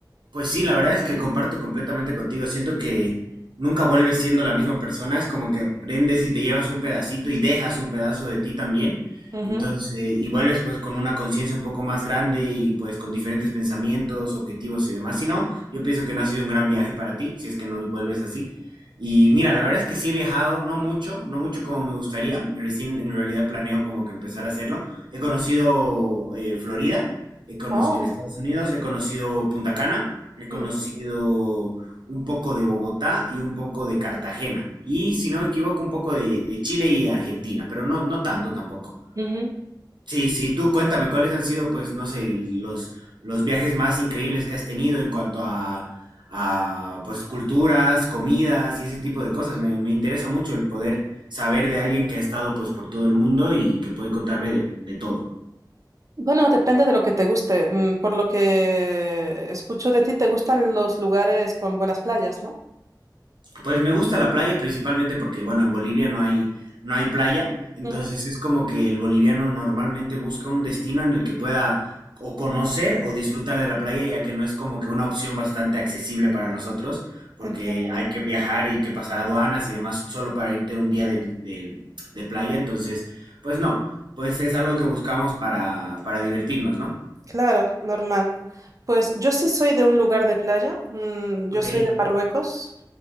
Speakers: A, on the right; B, on the right.
A: Pues sí, la verdad es que comparto completamente contigo. Siento que nunca vuelves siendo la misma persona. Es como que aprendes y te llevas un pedacito y dejas un pedazo de ti también.
B: Ujú.
A: Entonces, y vuelves pues con una conciencia un poco más grande y pues con diferentes pensamientos, objetivos y demás. Si no, yo pienso que no ha sido un gran viaje para ti, si es que no vuelves así. Y mira, la verdad es que sí he viajado, no mucho, no mucho como me gustaría. Recién en realidad planeo como que empezar a hacerlo. He conocido eh, Florida. He cono-
B: Oh.
A: en Estados Unidos he conocido Punta Cana, he
B: Ujú.
A: conocido un poco de Bogotá y un poco de Cartagena. Y si no me equivoco, un poco de, de Chile y Argentina, pero no, no tanto tampoco.
B: Ujú.
A: Sí, sí, tú cuéntame cuáles han sido, pues, no sé, los, los viajes más increíbles que has tenido en cuanto a, a, pues, culturas, comidas y ese tipo de cosas. Me, me interesa mucho el poder saber de alguien que ha estado, pues, por todo el mundo y que puede contarme de de todo.
B: Bueno, depende de lo que te guste. Mm, Por lo que escucho de ti, te gustan los lugares con buenas playas, ¿no?
A: Pues me gusta la playa principalmente porque, bueno, en Bolivia no hay, no hay playa, entonces
B: Ujú.
A: es como que el boliviano normalmente busca un destino en el que pueda o conocer o disfrutar de la playa, ya que no es como que una opción bastante accesible para nosotros, porque
B: Entiendo.
A: hay que viajar y que pasar aduanas y demás solo para irte un día de, de- de playa, entonces, pues no, pues es algo que buscamos para, para divertirnos, ¿no?
B: Claro, normal. Pues yo sí soy de un lugar de playa, mm, yo
A: Ok,
B: soy de Marruecos